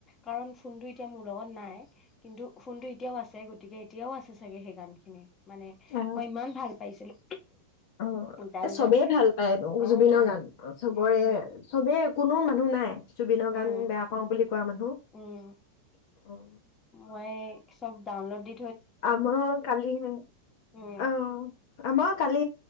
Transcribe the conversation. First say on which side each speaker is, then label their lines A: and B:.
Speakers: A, on the left (about 25°); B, on the left (about 50°).
A: কাৰণ ফোনতটো এতিয়া মোৰ লগত নাই, কিন্তু ফোনতটো এতিয়াও আছে গতিকে এতিয়াও আছে চাগে সেই গান খিনি। মানে
B: অ
A: মই ইমান ভাল পাইছিলো।
B: অ
A: তাৰপিছত
B: এ চবেই ভাল পায়
A: অ
B: জুবিনৰ গান চবৰে
A: উম
B: চবেই কোনো মানুহ নাই জুবিনৰ
A: উম
B: গান বেয়া পাও বুলি কোৱা মানুহ
A: উম মই চব ডাউনলোডদি
B: আমাৰ কালি অ
A: উম
B: আমাৰ কালি